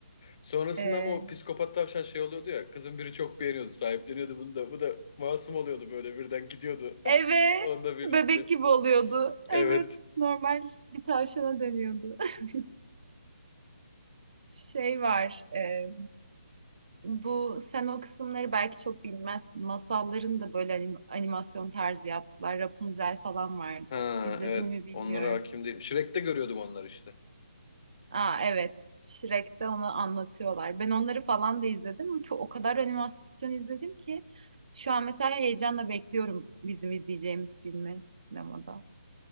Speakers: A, on the left; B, on the right.
A: Sonrasında
B: Ee,
A: ama o psikopat tavşan şey oluyordu ya. Kızın biri çok beğeniyordu, sahipleniyordu bunu da. Bu da masum oluyordu böyle birden gidiyordu.
B: Evet,
A: <laughs> Onunla birlikte.
B: bebek gibi oluyordu. Evet,
A: Evet.
B: normal bir tavşana dönüyordu. <laughs> Şey var, e, bu sen o kısımları belki çok bilmezsin. Masalların da böyle anim- animasyon tarzı yaptılar. Rapunzel falan vardı.
A: Ha,
B: İzledin
A: evet
B: mi bilmiyorum.
A: onlara hakim değilim. Shrek'te görüyordum onları işte.
B: Aa evet, Shrek'te onu anlatıyorlar. Ben onları falan da izledim. Çok, o kadar animasyon izledim ki şu an mesela heyecanla bekliyorum bizim izleyeceğimiz filmi sinemada.